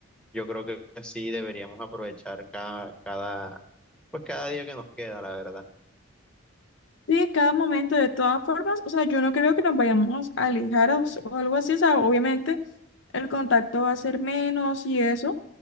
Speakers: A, in the centre; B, on the left.
A: Yo creo que sí deberíamos aprovechar cada, cada, pues cada día que nos queda, la verdad.
B: Sí, cada momento, de todas formas, o sea, yo no creo que nos vayamos a alejar o, s- o algo así, o sea, obviamente el contacto va a ser menos y eso,